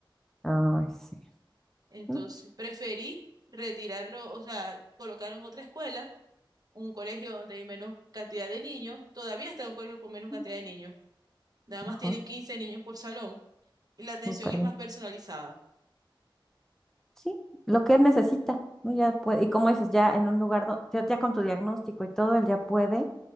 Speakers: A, in the centre; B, on the right.
A: Ay, sí.
B: Entonces,
A: No,
B: preferí retirarlo, o sea, colocar en otra escuela, un colegio donde hay menos cantidad de niños, todavía está en un colegio con menos cantidad
A: mm,
B: de niños, nada
A: mejor,
B: más tienen 15 niños por salón y la atención
A: súper
B: es
A: bien.
B: más personalizada.
A: Sí, lo que él necesita, ¿no? Ya puede, y como dices, ya en un lugar, do- ya, ya con tu diagnóstico y todo, él ya puede